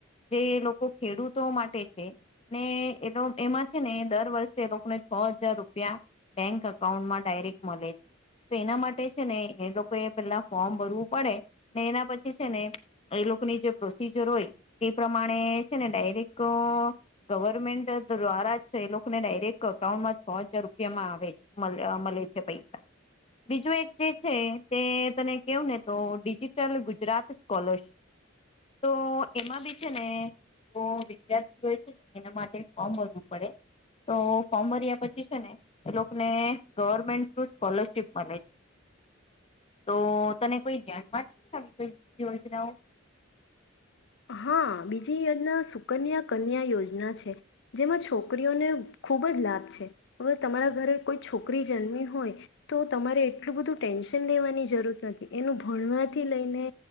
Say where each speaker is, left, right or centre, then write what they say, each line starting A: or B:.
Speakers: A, on the left; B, on the left.
A: જે લોકો ખેડૂતો માટે છે ને એ એમાં છે ને દર વર્ષે એ લોકોને છ હજાર રૂપિયા બેંક અઉન્ટ માટે ડાયરેક્ટ મળે છે તો એના માટે છે ને એ લોકોએ પેલા ફોર્મ ભરવું પડે ને એના પછી છે ને એ લોકોની જે પ્રોસીજર હોય એ પ્રમાણે છે ને ડાયરેક્ટ ગવર્મેન્ટ દ્વારા એ લોકોને ડાયરેક્ટ અકાઉન્ટમાં છ હજાર રૂપિયામાં આવે મળે મળ મળે છે પૈસા, બીજું એક જે છે તે તને કેવું ને તો ડિજિટલ ગુજરાત સ્કોલરશીપ, તો એમાં બી છે ને વિદ્યાર્થીઓ છેને એના માટે ફોર્મ ભરવું પડે તો ફોર્મ ભર્યા પછી છેને એ લોકોને ગવર્મેન્ટ થ્રુ સ્કોલરશીપ મળે છે. તો તને કોઈ ધ્યાનમાં છે આવી કો બી યોજનાઓ?
B: હા બીજી યોજના સુકન્યા કન્યા યોજના છે. જેમાં છોકરીઓને ખૂબ જ લાભ છે, હવે તમારા ઘરે કોઈ છોકરી જન્મ હોય તો તમારે એટલું બધું ટેન્શન લેવાની જરૂર નથી એનું ભણવાથી લઈને